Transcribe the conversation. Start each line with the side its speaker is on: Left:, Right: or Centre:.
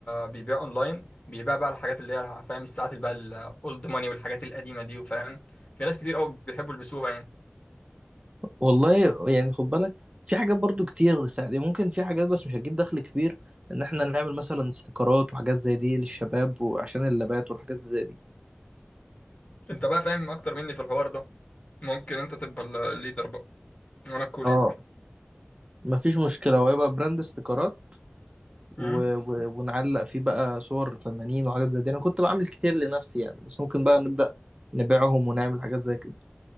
Left: بيبيع أونلاين بيبيع بقى الحاجات اللي هي فاهم الساعات اللي بقى الأولد ماني والحاجات القديمة دي وفاهم في ناس كتير قوي بيحبوا يلبسوها يعني
Right: والله يعني خد بالك في حاجات برضو كتير ساعات يعني ممكن في حاجات بس مش هتجيب دخل كبير ان احنا نعمل مثلا استيكرات وحاجات زي دي للشباب وعشان اللابات والحاجات زي دي
Left: انت بقى فاهم اكتر مني في الحوار ده ممكن انت تبقى ال- الليدر بقى وانا الكو
Right: اه
Left: ليدر
Right: مفيش مشكله وهيبقى براند استيكرات و...
Left: امم
Right: و... ونعلق فيه بقى صور فنانين وحاجات زي دي انا كنت بعمل كتير لنفسي يعني بس ممكن بقى نبدأ نبيعهم ونعمل حاجات زي كده